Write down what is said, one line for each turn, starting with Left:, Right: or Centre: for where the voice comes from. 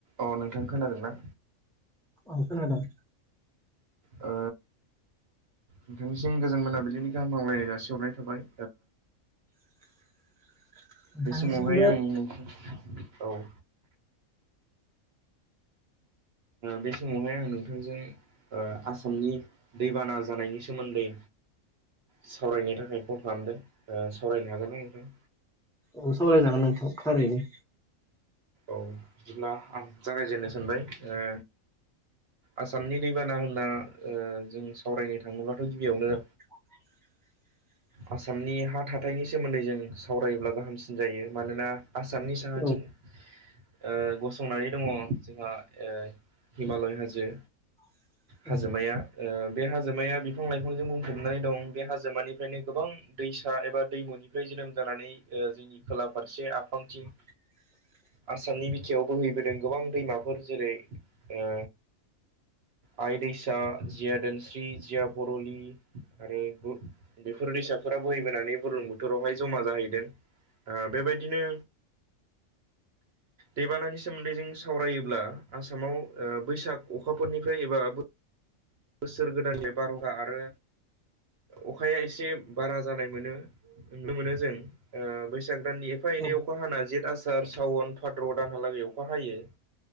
Right: औ नोंथां खोनादोंना
Centre: औ खोनादों
Right: ओ नोंथांनिसिम गोजोन मोनाबिलिनि गाहामलायनाय जासिहरनाय थाबाय
Centre: <inaudible> नोंथांनिसिमबो
Right: बे समावहाय आं औ बे समावहाय आं नोंथांजों ओ आसामनि दैबाना जानायनि सोमोन्दै सावरायनो थाखाय फन खालामदों ओ सावरायनो हागोनना नोंथां
Centre: औ सावरायजागोन नोंथां थारैनो
Right: औ बिदिब्ला आं जागायजेननो सानबाय ओ आसामनि दैबाना होनना ओ जों सावरायनो थाङोबाथ' गिबियावनो
Centre: <inaudible>
Right: आसामनि हा थाथायनि सोमोन्दै जों सावरायोब्ला गाहामसिन जायो मानोना आसामनि साहाथिं
Centre: औ
Right: ओ गसंनानै दङ जोंहा ओ हिमालय हाजो
Centre: <inaudible>
Right: हाजोमाया ओ बे हाजोमाया बिफां लाइफांजों बुंफबनानै दं बे हाजोमानिफ्रायनो गोबां दैसा एबा दैमुनिफ्राय जोनोम जानानै ओ जोंनि खोला फारसे आफांथिं
Centre: <inaudible>
Right: आसामनि बिखायाव बोहैबोदों गोबां दैमाफोर जेरै ओ आइ दैसा जिया दोनस्रि जिया बरलि आरो बेफोर दैसाफोरा बोहैबोनानै बुरलुंबुथुरावहाय जमा जाहैदों ओ बेबायदिनो दैबानानि सोमोन्दै जों सावरायोब्ला आसामाव ओ बैसाग अखाफोरनिफ्राय एबा बोसोर गोदाननिफ्राय बारहुंखा आरो अखाया एसे बारा जानाय मोनो नुनो मोनो जों ओ बैसाग दाननि एफा
Centre: औ
Right: एनै अखा हाना जेत आसार सावन फाद्र' दानहालागै अखा हायो